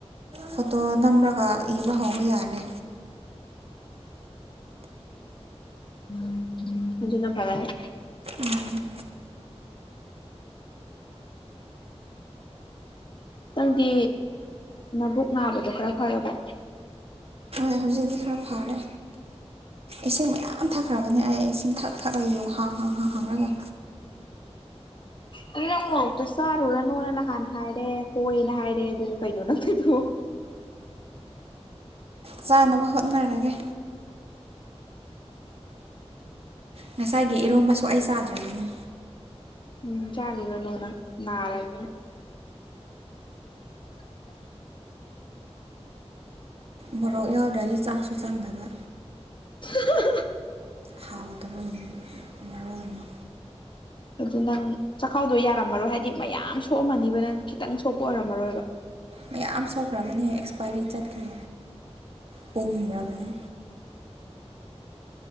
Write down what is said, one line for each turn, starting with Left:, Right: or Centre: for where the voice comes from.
Right: ꯐꯣꯇꯣ ꯅꯝꯔꯒ ꯏꯕ ꯍꯧꯕ ꯌꯥꯔꯦ
Left: ꯎꯝ ꯑꯖꯤꯅ ꯐꯔꯅꯤ
Right: ꯎꯝ
Left: ꯅꯪꯗꯤ ꯅꯕꯨꯛ ꯅꯥꯕꯗꯣ ꯈꯔ ꯐꯔꯕꯣ
Right: ꯑꯦ ꯍꯧꯖꯤꯛꯇꯤ ꯈꯔ ꯐꯔꯦ ꯏꯁꯤꯡ ꯃꯌꯥꯝ ꯊꯛꯈ꯭ꯔꯕꯅꯦ ꯑꯩ ꯏꯁꯤꯡ ꯊꯛ ꯊꯛꯂꯒ ꯌꯨꯡ ꯍꯥꯡ ꯍꯥꯡ ꯍꯥꯡ ꯍꯥꯡꯔꯒ
Left: ꯑꯗꯨ ꯅꯪ ꯃꯣꯔꯣꯛꯇꯣ ꯆꯥꯔꯨꯔꯅꯨꯅ ꯅꯍꯥꯟ ꯍꯥꯏꯔꯦ ꯍꯣꯏꯅ ꯍꯥꯏꯔꯦ ꯑꯗꯨ ꯀꯩꯅꯣ ꯅꯪ ꯇꯩꯗꯨꯕꯣ
Right: ꯆꯥꯅꯕ ꯍꯣꯠꯅꯔꯒꯦ ꯉꯁꯥꯏꯒꯤ ꯏꯔꯣꯝꯕꯁꯨ ꯑꯩ ꯆꯥꯗ꯭ꯔꯕꯅꯤ
Left: ꯎꯝ ꯆꯥꯔꯨꯔꯅꯣ ꯅꯪ ꯅꯥꯔꯅꯤ <unintelligible>
Right: ꯃꯣꯔꯣꯛ ꯌꯥꯎꯗ꯭ꯔꯗꯤ ꯆꯥꯛꯁꯨ ꯆꯥꯡꯗꯕ
Left: <unintelligible>
Right: ꯍꯥꯎꯒꯗꯕꯒꯤꯅ ꯃꯔꯣꯜ ꯑꯃ
Left: ꯑꯗꯨ ꯅꯪ ꯆꯈꯥꯎꯗꯣ ꯌꯥꯔꯝꯃꯔꯣꯏ ꯍꯥꯏꯗꯤ ꯃꯌꯥꯝ ꯁꯣꯛꯑꯝꯃꯅꯤꯕ ꯅꯪ ꯈꯤꯇꯪ ꯁꯣꯛꯄ ꯑꯣꯏꯔꯝꯃꯔꯣꯏꯕ
Right: ꯃꯌꯥꯝ ꯁꯣꯛꯈ꯭ꯔꯕꯅꯦ ꯑꯦꯛꯁꯄꯥꯏꯔꯤ ꯆꯠꯈ꯭ꯔꯦ ꯄꯨꯝꯔꯕꯅꯦ